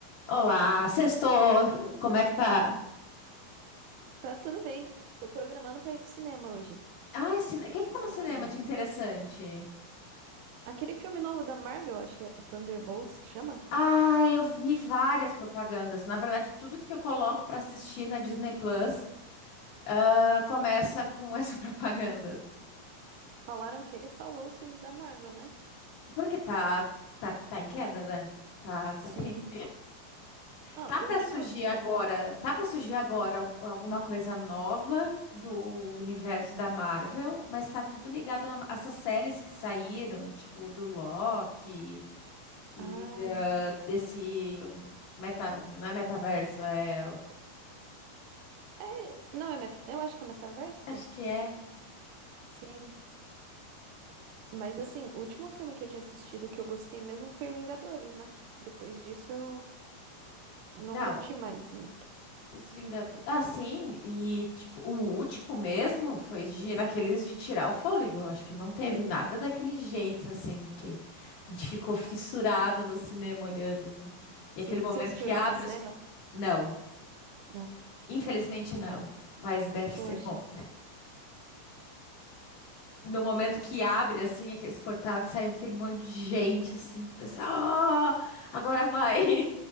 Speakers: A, on the left; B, on the right.
A: Olá, sextou. Como é que tá?
B: Tá tudo bem. Tô programando pra ir pro cinema hoje.
A: Ai, cine... o que que tá
B: Assistir
A: no
B: um
A: cinema
B: filminho.
A: de interessante?
B: Aquele filme novo da Marvel, acho que é Thunderbolts que chama.
A: Ah, eu vi várias propagandas. Na verdade, tudo que eu coloco pra assistir na Disney Plus, ah, começa com essa <laughs> propaganda.
B: Falaram que ele salvou os filmes da Marvel, né?
A: Porque tá, tá, tá em queda, né? Tá, tá
B: Sim.
A: triste.
B: Ah,
A: Tá
B: o
A: pra
B: último,
A: surgir agora,
B: pra falar.
A: tá pra surgir agora al- alguma coisa nova do universo da Marvel, mas tá tudo ligado a a essas séries que saíram, tipo do Loki. E
B: Ai.
A: da- desse meta, não é metaverso, é,
B: É. Não é meta. Eu acho que é metaverso?
A: acho que é.
B: Sim. Mas assim, o último filme que eu tinha assistido que eu gostei mesmo foi o Vingadores, né? Depois disso eu não
A: Não,
B: curti mais muito.
A: os Vingadores. Ah, sim, e tipo, o último mesmo foi de, daqueles de tirar o fôlego. Eu Acho que não teve nada daquele jeito assim que a gente ficou fissurado no cinema olhando. assim, E
B: Sim.
A: aquele momento
B: Você assistiu
A: que
B: ele
A: abre
B: no cinema?
A: os não,
B: Não.
A: infelizmente não, mas deve ser
B: Poxa.
A: bom. No momento que abre, assim, aqueles portal que sai aquele monte de gente, assim, que pensa, oh, agora vai. <laughs>